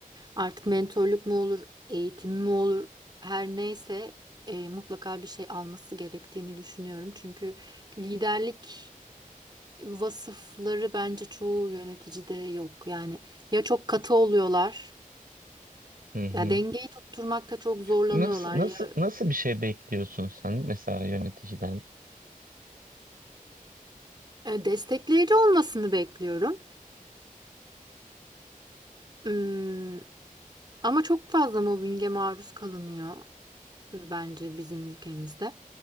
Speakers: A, on the right (about 30°); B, on the right (about 80°).
A: artık mentorluk mu olur, eğitim mi olur, her neyse e, mutlaka bir şey alması gerektiğini düşünüyorum. Çünkü liderlik vasıfları bence çoğu yöneticide yok. Yani ya çok katı oluyorlar,
B: Hı hı.
A: ya dengeyi tutturmakta çok zorlanıyorlar
B: Nasıl nasıl
A: ya
B: nasıl bir şey bekliyorsun sen mesela yöneticiden?
A: E, destekleyici olmasını bekliyorum. Hmm, ama çok fazla mobbinge maruz kalınıyor. bence bizim ülkemizde.